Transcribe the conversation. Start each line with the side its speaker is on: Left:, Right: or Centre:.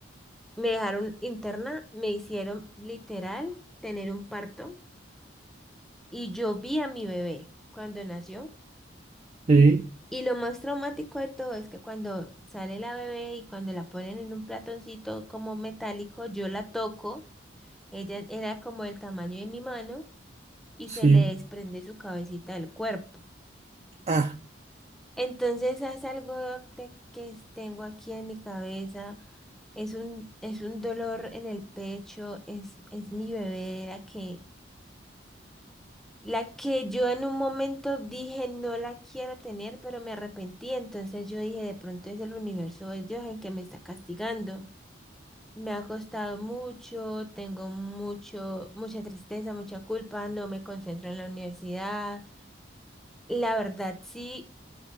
Centre: Me dejaron interna, me hicieron literal tener un parto y yo vi a mi bebé cuando nació.
Right: sí,
Centre: Y lo más traumático de todo es que cuando sale la bebé y cuando la ponen en un platoncito como metálico, yo la toco, ella era como el tamaño de mi mano y
Right: sí.
Centre: se le desprende su cabecita del cuerpo.
Right: Ah,
Centre: Entonces es algo doctor, que tengo aquí en mi cabeza, es un, es un dolor en el pecho, es, es mi bebé, era que La que yo en un momento dije no la quiero tener, pero me arrepentí. Entonces yo dije, de pronto es el universo es Dios en que me está castigando. Me ha costado mucho, tengo mucho, mucha tristeza, mucha culpa, no me concentro en la universidad. La verdad sí